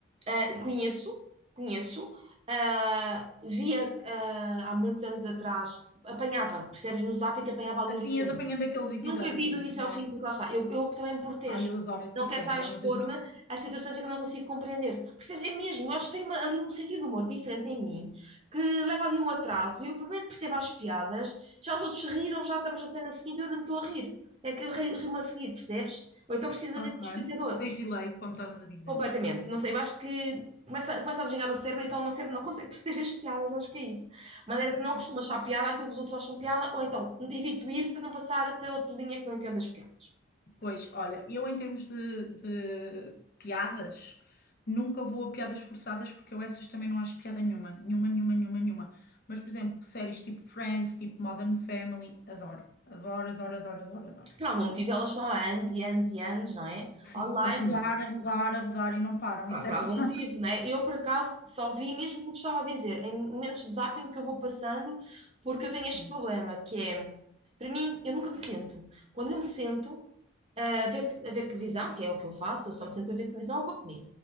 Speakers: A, on the right (about 30°); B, on the left (about 45°).
A: ah, conheço, conheço. ah, via ah, há muitos anos atrás, apanhava, percebes, no Zap em que apanhava ali
B: Assim,
A: uns.
B: és apanhando aqueles episódiozinhos,
A: Nunca vi do início
B: não
A: ao fim,
B: é?
A: porque lá está, eu, eu também me protejo.
B: Ai, eu adoro essa
A: Não
B: série,
A: quero estar a expor-me
B: é uma das minhas.
A: a situações em que eu não consigo compreender. Percebes? É mesmo, eu acho que tem uma- ali um sentido de humor diferente em mim, que leva ali um atraso, e eu por bem que percebo as piadas, já os outros se riram, já estamos na cena seguinte, eu ainda me estou a rir. É que eu ri- rio-me a seguir, percebes? Ou então precisa
B: Ok.
A: ali de um explicador.
B: Tens delay, como estavas a dizer.
A: Completamente. Não sei, eu acho que começa, começa a desligar o cérebro, então o meu cérebro não consegue <laughs> perceber as piadas, acho que é isso. De maneira que não
B: Bom,
A: costuma achar piada aquilo que os outros acham piada, ou então evito ir para não passar pela tua linha que não entende as piadas.
B: Pois, olha, eu em termos de, de piadas, nunca vou a piadas forçadas porque eu essas também não acho piada nenhuma. Nenhuma, nenhuma, nenhuma, nenhuma. Mas, por exemplo, séries tipo Friends, tipo Modern Family, adoro. Adoro, adoro, adoro, adoro, adoro.
A: Por algum motivo, elas estão há anos e anos e anos, não é?
B: Sim.
A: Online.
B: A rodar, a rodar, a rodar e não param,
A: Pá,
B: isso
A: por
B: é verdade.
A: algum motivo, né? Eu, por acaso, só vi mesmo como te estava a dizer, em momentos de zapping que eu vou passando, porque eu
B: <laughs>
A: tenho
B: Sim.
A: este problema, que é, para mim, eu nunca me sento. Quando eu me sento eh, a ver, a ver televisão, que é o que eu faço, eu só me sento a ver televisão ou para comer,